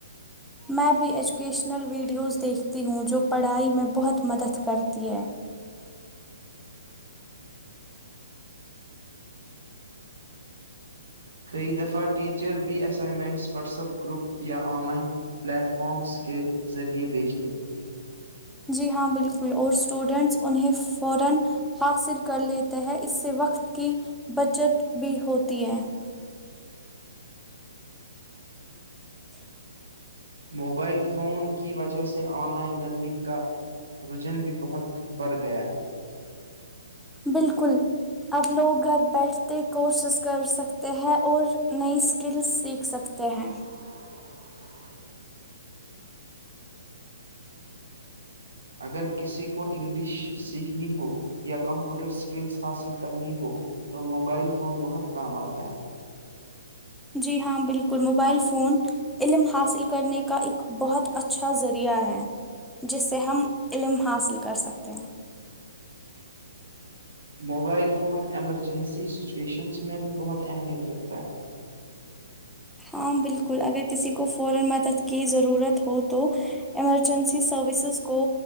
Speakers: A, in the centre; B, on the right.
A: میں بھی ایجوکیشنل ویڈیوز دیکھتی ہوں جو پڑھائی میں بہت مدد کرتی ہے
B: خری دفاٹ ٹیچر بی اسائنمنٹس واٹسپ گروپ یا آن لائن پلیٹ فارمس کے ذریعے بیچتے ہیں
A: جی ہاں بالکل اور سٹوڈنٹس انہیں فورا حاصل کر لیتے ہیں اس سے وقت کی بچت بھی ہوتی ہے ج <inaudible>
B: موبائل فون کی وجہ سے آن لائن لرننگ کا رجن بھی بہت بڑھ گیا ہے
A: بالکل اب لوگ گھر بیٹھتے کورسز کر سکتے ہیں اور نئی اسکلس سیکھ سکتے کہ ہیں
B: ج <unintelligible> اگر کسی کو انگلش سیکھنی ہو یا کمپیوٹر اسکلس حاصل کرنی ہو تو موبائل فون بہت کام آتا ہے
A: جی ہاں بالکل موبائل فون علم حاصل کرنے کا ایک بہت اچھا ذریعہ ہے جس سے ہم علم حاصل کر سکتے ہیں
B: موبائل فون ایمرجنسی سچویشنس میں بھی بہت اہمیت رکھتا ہے
A: ہاں بالکل اگر کسی کو فورا مدد کی ضرورت ہو تو ایمرجنسی سروسز کو